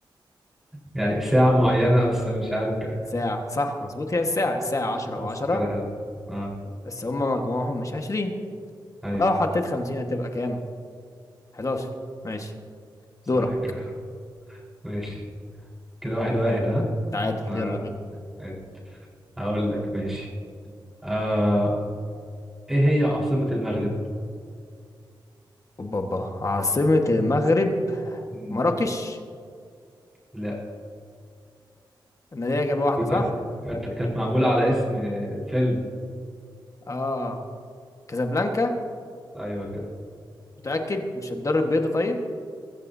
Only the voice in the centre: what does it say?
يعني ساعة معينة بس مش عارف يعني
بس
كده حلو اه
ايوه
صح
كده ماشي كده واحد واحد ها
آه.
عادي. هقول لك ماشي آه. ايه هي عاصمة المغرب؟
مم.
لا
دي كانت
كانت كانت معمولة على اسم فيلم
ايوه كده